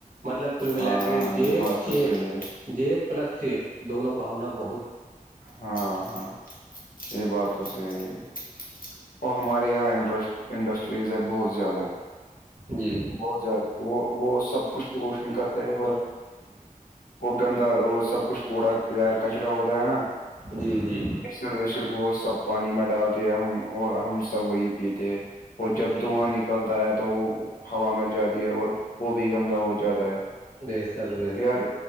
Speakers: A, on the right; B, on the left.
A: مطلب کل ملا
B: ہاں
A: کے جیک
B: یہ بات
A: چیک
B: تو صحیح ہے
A: ج ایک پلس سیک دونوں کا ہونا ب <unintelligible>
B: ہاں ہاں یہ بات توسی یہی ہے اور ہمارے یہاں انڈسٹریز ہے بہت زیادہ
A: جی
B: بہت زیادہ وہ وہ سب کچھ پولوشن کرتے ہیں اور وہ گندا وہ سب کچھ کوڑا یار کچرا ہوتا ہے نا
A: جی جی
B: سڑ وسڑ کو سب پانی میں ڈالتے ہم اور ہم سب وہی پیتے اور
A: جی
B: جب دھواں
A: جی
B: نکلتا ہے تو وہ ہوا مچ جاتی ہے اور وہ بھی گندا ہو جاتا ہے
A: بسگ <unintelligible>
B: یار